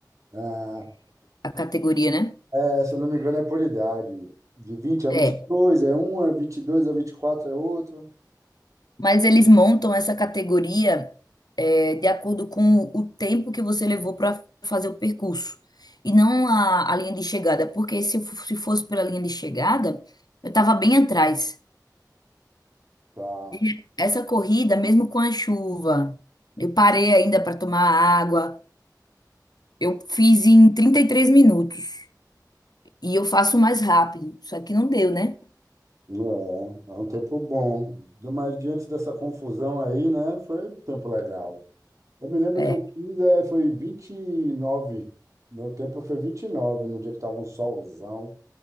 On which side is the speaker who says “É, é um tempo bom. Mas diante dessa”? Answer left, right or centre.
Right